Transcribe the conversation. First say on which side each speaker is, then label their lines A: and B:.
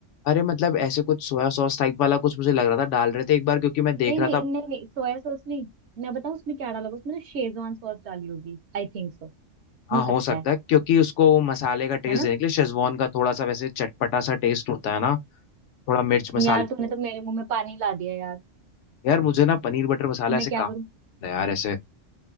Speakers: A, on the left (about 75°); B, on the right (about 65°).
A: अरे मतलब ऐसे कुछ सोया सॉस टाइप वाला कुछ मुझे लग रहा था डाल रहे थे एक बार क्योंकि मैं
B: नहीं
A: देख रहा
B: नहीं
A: था
B: नहीं नहीं सोया सॉस नहीं मैं बताऊँ उसमें क्या डाला होगा उसमें ना शेजवान सॉस डाली होगी आई थिंक सो
A: हाँ
B: हो सकता
A: हो सकता
B: है
A: है क्योंकि उसको वो मसाले का टेस्ट
B: है ना
A: देने के लिए शेजवान का थोड़ा सा वैसे चटपटा सा टेस्ट होता है ना थोड़ा मिर्च मसाले
B: यार तुमने तो मेरे मुंह में पानी ला दिया यार
A: यार मुझे ना पनीर बटर मसाला
B: मैं
A: ऐसे
B: क्या
A: काफी
B: करूँ
A: पसंद है यार ऐसे